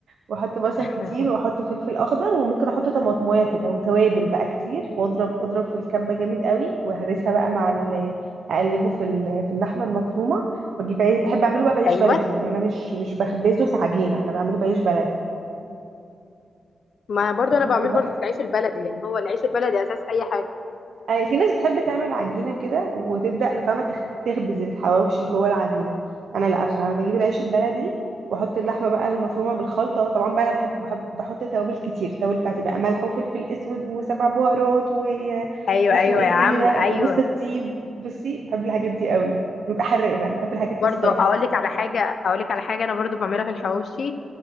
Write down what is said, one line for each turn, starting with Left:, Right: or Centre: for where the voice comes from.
Right: واحط بصل
Left: <laughs>
Right: كتير واحط فلفل اخضر وممكن احط طماطمايه كده وتوابل بقى كتير واضرب اضرب في الكبه جامد قوي وهرسها بقى مع ال- اقلبه في ال- في اللحمه المفرومه بجيب عيش بحب اعمله بقى بعيش
Left: ايوه
Right: بلدي يعني انا مش مش بخبزه في عجينه انا بعمله بعيش بلدي
Left: ما برضو
Right: بحطه
Left: انا بعمله
Right: بقى
Left: برضو في العيش البلدي يعني هو العيش البلدي اساس اي حاجة
Right: آه، في ناس بتحب تعمل عجينة كده وتبدأ فاهمة تخ- تخبز الحواوشي جوه العجينة أنا لا بصراحة أنا بجيب العيش البلدي وأحط اللحمة بقى المفرومة بالخلطة طبعا بقى أنا بحب, بحب بحط توابل كتير التوابل بتاعتي بقى ملح وفلفل أسود وسبع بهارات و...
Left: ايوه
Right: واسمه
Left: ايوه
Right: إيه
Left: يا
Right: التاني
Left: عم
Right: ده
Left: ايوه
Right: وجوز الطيب بصي بحب الحاجات دي قوي بيبقى حراق بقى أنا بحب الحاجات
Left: برضو
Right: السبايسي
Left: اقول لك على حاجه اقول لك على حاجه انا برضو بعملها في الحواوشي